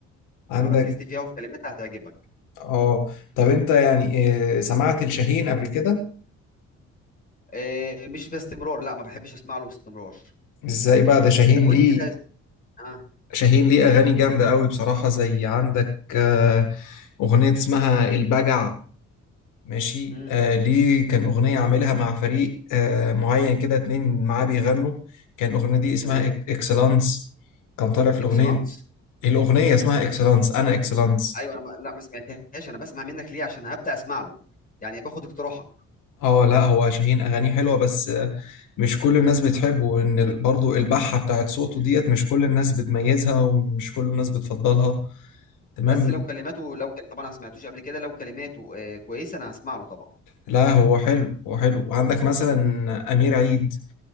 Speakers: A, on the left; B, on the left.
A: عندك
B: لو ركزت فيها وفي كلماتها هتعجبك
A: اه طب انت يعني آه، سمعت الشاهين قبل كده
B: آه، مش باستمرار لا ما بحبش اسمع له باستمرار
A: ازاي بقى ده شاهين
B: طب قول
A: ليه
B: لي كده اه
A: شاهين ليه أغاني جامدة قوي بصراحة زي عندك آه، أغنية اسمها البجع ماشي
B: امم
A: آه ليه كان أغنية عاملها مع فريق آه معين كده اتنين معاه بيغنوا كان الأغنية دي اسمها
B: تمام
A: إك- إكسلانس كان طالع في
B: اكسلانس
A: الأغنية الأغنية اسمها إكسلانس أنا إكسلانس
B: ايوه انا ما... لا ما سمعتهاش انا بسمع منك ليه عشان هبدا اسمع له يعني باخد اقتراحك
A: اه لا هو شاهين اغانيه حلوه بس آه، مش كل الناس بتحبه ان ال- برضو البحه بتاعت صوته
B: مم.
A: ديت مش كل الناس بتميزها ومش كل الناس بتفضلها تمام
B: بس لو كلماته لو كل... طبعا انا ما سمعتوش قبل كده لو كلماته آه كويسه انا هسمع له طبعا
A: لا هو حلو هو حلو عندك مثلا امير عيد